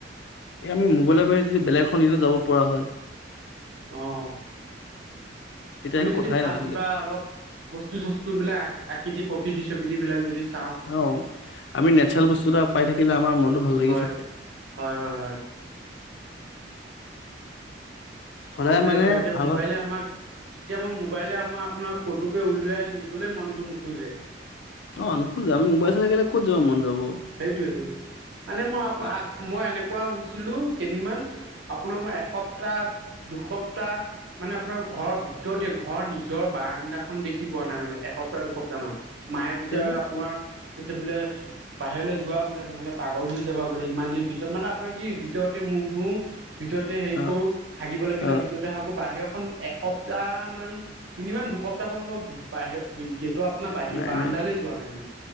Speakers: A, on the left; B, on the right.
A: এ আমি মোবাইলৰ বাবে যদি বেলেগ এখন দিনত যাব পৰা হয়।
B: অ'।
A: তেতিয়া
B: আমি
A: একো
B: যদি
A: কথাই
B: ভাল
A: নাছিলে
B: কিবা অল, বস্তু বস্তুবিলাক আকৃতি, প্ৰকৃতি, চকৃতিবিলাক যদি চাওঁ
A: অ', আমি নেচাৰেল বস্তু এটা পাই থাকিলে আমাৰ মনটো ভাল লাগি
B: হয়
A: থাকে।
B: হয় হয় হয়
A: সদায়
B: সেইবিলাকে
A: মানে
B: আৰু, এতিয়া
A: ভাল
B: মোবাইলে
A: ভাল
B: আমাক, এতিয়া আমাৰ মোবাইলে আমাৰ আপোনাৰ ক'তোকে উলিয়াই নিবলৈ মনটো নোখোজে।
A: অ' নোখোজে, আমি মোবাইল চাই থাকিলে ক'ত যাব মন যাব?
B: সেইটোৱেটো। মানে মই আ-মই
A: অ
B: এনেকুৱা হৈছে। ছিলো, কেইদিনমান আপোনাৰ মই এসপ্তাহ দুসপ্তাহ, মানে আপোনাৰ ঘৰৰ ভিতৰতে, ঘৰৰ নিজৰ বাৰাণ্ডাখন দেখি পোৱা নাই মানে! এসপ্তাহ-দুসপ্তাহমান মায়ে কৈছে,
A: কিয় বা
B: আপোনাৰ কৈছে বোলে! বাহিৰলৈ যোৱা বোলে, নহ'লে পাগল হৈ যাবা বোলে! ইমান দিন ভিত ভ মানে আপোনাৰ কি, ভিতৰতে মুখ ধুও, ভিতৰতে হেৰি
A: অ
B: কৰো, হাগিব লাগিলে
A: অ
B: ভিতৰতে হাগো। বাহিৰৰ এখন এসপ্তাহমান মিনিমাম দুসপ্তাহমান মই বাহিৰ-গেটৰ আপোনাৰ বাহিৰ
A: নাই
B: বাৰাণ্ডালৈ
A: নাই
B: যোৱা নাই মানে!